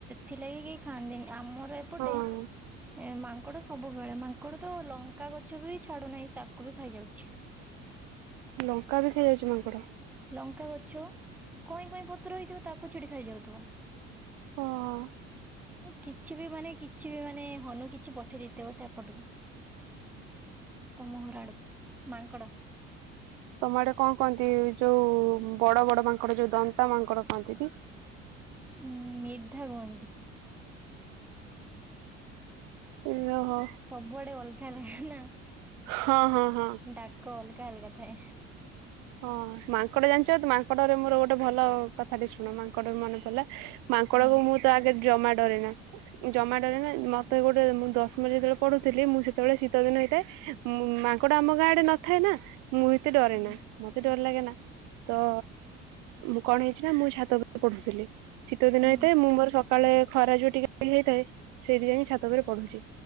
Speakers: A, in the centre; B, on the right.
A: ଥିଲେ ବି କେହି ଖାଆନ୍ତିନି ଆମର ଏପଟେ
B: ହଁ
A: ମାଙ୍କଡ ସବୁବେଳେ ମାଙ୍କଡ ତ ଲଙ୍କା ଗଛ ବି ଛାଡୁନାହିଁ ତାକୁ ବି ଖାଇଯାଉଛି।
B: ଲଙ୍କା ବି ଖାଇ ଯାଉଛି ମାଙ୍କଡ।
A: ଲଙ୍କା ଗଛ କଇଁ କଇଁ ପତ୍ର ହେଇଥିବ ତାକୁ ଛିଡି ଖାଇଯାଉଥିବ।
B: ହଁ।
A: ମୁଁ କିଛି ବି ମାନେ କିଛି ବି ମାନେ ହନୁ କିଛି ପଠେଇ ଦେଇଥିବ ସେପଟୁ କୁ ତମ ଘର ଆଡକୁ ମାଙ୍କଡ
B: ତମେ ଆଡେ କଣ କହନ୍ତି ଯୋଉ ବଡ ବଡ ମାଙ୍କଡ ଯୋଉ ଦନ୍ତା ମାଙ୍କଡ କହନ୍ତି ଟି?
A: ଉଁ ମୁଧା କୁହନ୍ତି।
B: ଇଲ ହ।
A: ସବୁ ଆଡେ ଅଲଗା ଅଲଗା ନା
B: ହଁ ହଁ ହଁ।
A: ଡାକ ଅଲଗା ଅଲଗା ଥାଏ।
B: ହଁ ମାଙ୍କଡ଼ ଜାଣିଚ ମାଙ୍କଡରେ ମୋର ଗୋଟେ ଭଲ କଥାଟେ ଶୁଣ ମାଙ୍କଡରୁ ମନେ ପଡିଲା। ମାଙ୍କଡ
A: ହୁଁ
B: କୁ ମୁଁ ତ ଆଗ ଜମା ଡରେନା ଜମା ଡରେନା ମତେ ଗୋ ମୁଁ ଦଶମରେ ଯେତେବେଳେ ପଢୁଥିଲି ମୁଁ ସେତେବେଳେ ଶୀତ ଦିନ ହେଇଥାଏ ମୁଁ ମାଙ୍କଡା ଆମ ଗାଁ ଆଡେ ନଥାଏ ନା। ମୁଁ ହିିତେ ଡରେ
A: ହୁଁ
B: ନା। ମତେ ଡର ଲାଗେ ନା ତ ମୁଁ କଣ ହେଇଚି ନା ମୁଁ ଛାତ ଉପରେ ପଢୁଥିଲି। ଶୀତ ଦିନ
A: ହୁଁ
B: ହେଇଥାଏ ମୁଁ ମୋର ସକାଳେ ଖରା ଯୋଉ ଟିକେ ହେଇଯାଇଥାଏ ସେଇଠି ଯାଇ ଛାତ ଉପରେ ପଢୁଚି।